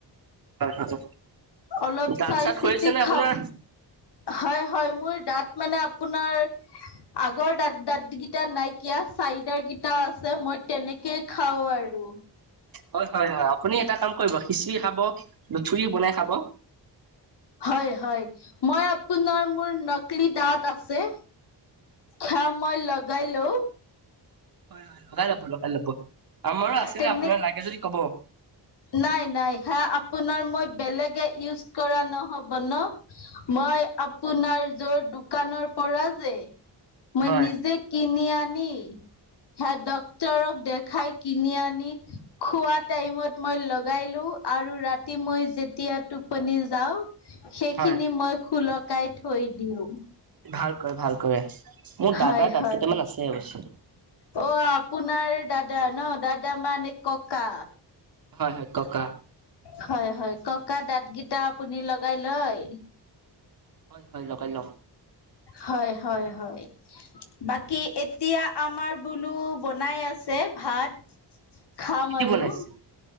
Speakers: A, on the right; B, on the left.
A: হয় হয়।
B: অলপ
A: দাঁত
B: চাই
A: চাত
B: চিতি
A: সৰিছে নে
B: খাব।
A: আপোনাৰ
B: হয় হয় মোৰ দাঁত মানে আপোনাৰ আগৰ দাত - দাত গিটা নাইকিয়া চাইদাৰ গিটা আছে মই তেনেকে খাও আৰু।
A: হয়-হয়-হয় আপুনি এটা কাম কৰিব খিচিৰি খাব, লুঠুৰি বনাই খাব।
B: হয়-হয় মই আপোনাৰ মোৰ নকলি দাঁত আছে খ মই লগাই লও।
A: হয় হয় লগাই লব লগাই লব আমাৰো আছিলে
B: তেনে
A: আপোনাৰ লাগে যদি কব।
B: নাই নাই সে আপোনাৰ মই বেলেগে ইউজ কৰা নহব ন। মই আপোনাৰ যোৰ দোকানৰ পৰা যে মই
A: হয়
B: নিজে কিনি আনি সে ডক্তৰক দেখাই কিনি আনি খোৱা টাইমত মই লগাই লো আৰু ৰাতি মই যেতিয়া টোপনি যাওঁ সেইখিনি
A: হয়
B: মই খোলকাই থৈ দিও।
A: ভাল কৰে, ভাল কৰে মোৰ
B: হয়
A: দাদাৰ
B: হয়।
A: দাত কেইটামান আছে অৱশ্যে।
B: অ আপোনাৰ দাদা ন, দাদা মানে ককা।
A: হয়, হয় ককা।
B: হয়, হয় ককা দাঁত গিটা আপুনি লগাই লয়।
A: হয়, হয় লগাই লও।
B: হয় হয় হয় বাকী এতিয়া আমাৰ বোলো বনাই আছে ভাত খাম
A: কি দি
B: আৰু
A: বনাইছে